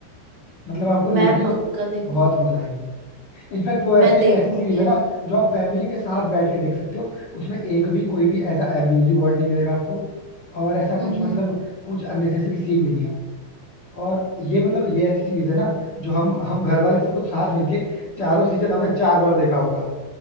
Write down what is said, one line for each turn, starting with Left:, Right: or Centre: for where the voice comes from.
Left: मतलब
Right: अब
Left: आपको लिटरली
Right: मैं पक्का
Left: वो
Right: देखूं
Left: बहुत मजा आएगी इनफैक्ट वो
Right: मैं
Left: ऐसे
Right: देखूंगी
Left: ऐसी सीरीज है
Right: यार
Left: ना जो आप फैमिली के साथ बैठ के देख सकते हो उसमें एक भी कोई भी ऐसा एब्यूजिव वर्ड नहीं मिलेगा आपको और ऐसा कुछ
Right: हम्म
Left: मतलब
Right: हम्म
Left: कुछ अननेसेसरी सीन नहीं है और ये मतलब ये ऐसी सीरीज है ना जो हम हम घर वाले सब लोग साथ मिलके चारों सीजन हमने चार बार देखा होगा